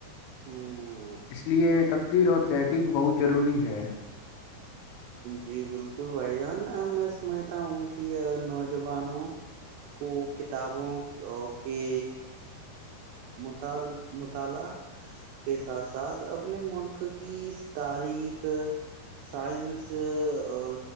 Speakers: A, on the right; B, on the left.
A: ہوں
B: اس لیے تقدیر ہوتی تحقیق بہت ضروری ہے
A: جی بالکل بھائی جان میں سمجھتا ہوں کہ نوجوانوں کو کتابوں کے مطال مطالعہ کے ساتھ ساتھ اپنے ملک کی تاریخ سائنس اور